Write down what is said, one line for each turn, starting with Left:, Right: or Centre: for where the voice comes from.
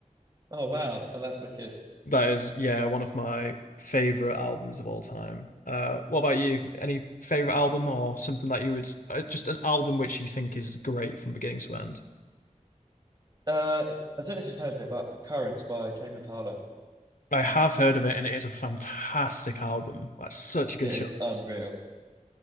Right: Oh wow, oh that's wicked.
Left: That is, yeah, one of my favorite albums of all time. Uh, what about you? Any favorite album or something that you would uh, just an album which you think is great from beginning to end?
Right: Uh, I don't know if you've heard of it, but Currents by Tame Impala.
Left: I have heard of it, and it is a fantastic album. That's such a good
Right: It is
Left: choice.
Right: unreal.